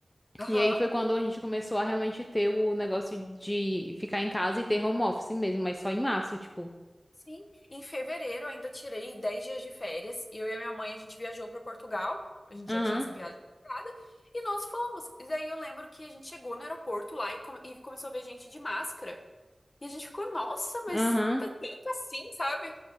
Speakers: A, on the left; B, on the left.
A: aham.
B: E aí foi quando a gente começou a realmente ter o negócio de ficar em casa e ter home office mesmo, mas só em março, tipo.
A: Sim. Em fevereiro eu ainda tirei 10 dias de férias e eu e a minha mãe a gente viajou para Portugal. A gente
B: Aham,
A: já tinha essa viagem marcada e nós fomos. E daí eu lembro que a gente chegou no aeroporto lá e, come- e começou a ver gente de máscara. E a gente ficou, nossa, mas
B: aham.
A: tá tanto assim, sabe?